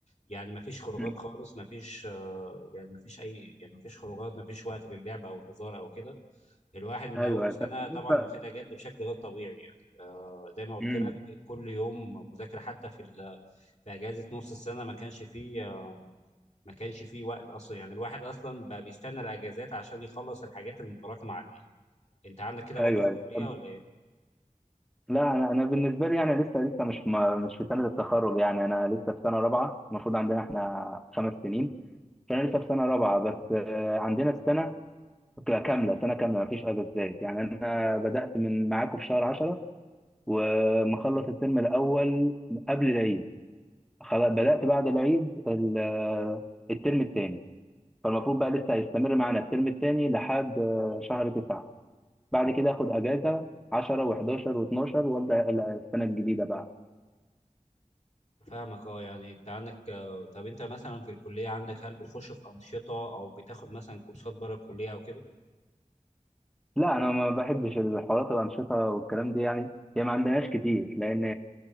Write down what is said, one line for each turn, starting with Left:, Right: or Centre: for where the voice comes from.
Left: يعني مفيش خروجات
Centre: مم.
Left: خالص مفيش آه يعني مفيش أي يعني مفيش خروجات مفيش وقت للعب أو الهزار أو كده الواحد من
Centre: ايوه
Left: أول سنة
Centre: طب بالنسبه
Left: طبعا واخدها جد بشكل غير طبيعي يعني آه زي ما قلت
Centre: امم
Left: لك كل يوم مذاكرة حتى في ال- في أجازة نص السنة ما كانش فيه ما كانش فيه وقت اصلا يعني الواحد اصلا بقى بيستنى الاجازات عشان يخلص الحاجات المتراكمه عليه انت عندك كده
Centre: ايوه
Left: برضه في
Centre: ايوه
Left: الكليه
Centre: طب-
Left: ولا ايه
Centre: لا انا انا بالنسبه لي يعني لسه لسه مش ما مش في سنه التخرج يعني انا لسه في سنه رابعه المفروض عندنا احنا خمس سنين فانا لسه في سنه رابعه بس آه، عندنا السنه ك- كامله سنه كامله مفيش اجازات يعني انا بدات من معاكم في شهر 10 ومخلص الترم الاول قبل العيد خلاص بدات بعد العيد ال- آه، الترم الثاني فالمفروض بقى لسه هيستمر معانا الترم الثاني لحد آه، شهر 9 بعد كده اخد اجازه 10 و11 و12 وابدا ال- السنه الجديده بقى
Left: فاهمك اه يعني انت عندك آه، طب انت مثلا في الكليه عندك هل بتخش في انشطه او بتاخد مثلا كورسات بره الكليه او كده
Centre: لا انا ما بحبش الحوارات الانشطه والكلام دي يعني هي ما عندناش كتير لان